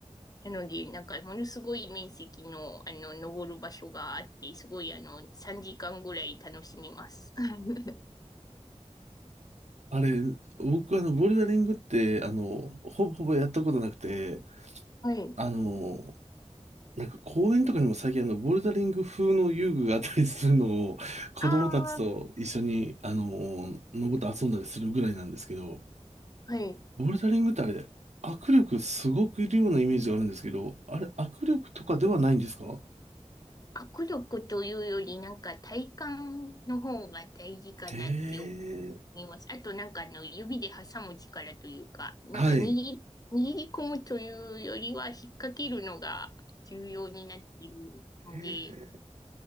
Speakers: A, on the left (about 30°); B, on the right (about 70°).
A: なので、なんかものすごい面積の、あの、登る場所があって、すごいあの、3時間ぐらい楽しみます。<laughs>
B: あれ、僕あの、ボルダリングって、あの、ほぼほぼやったことなくて、
A: はい。
B: あの、なんか公園とかにも最近あの、ボルダリング風の遊具があったりするのを、子供たちと一緒に、
A: ああ、
B: あの、登って遊んだりするぐらいなんですけど、
A: はい。
B: ボルダリングってあれ、握力すごくいるようなイメージがあるんですけど、あれ、握力とかではないんですか
A: 握力というより、なんか体幹の方が大事かなって思
B: へえ。
A: います。あとなんかあの指で挟む力というか、なんか握り、
B: はい。へ
A: 握り込むというよりは引っ掛けるのが重要になっているので、
B: え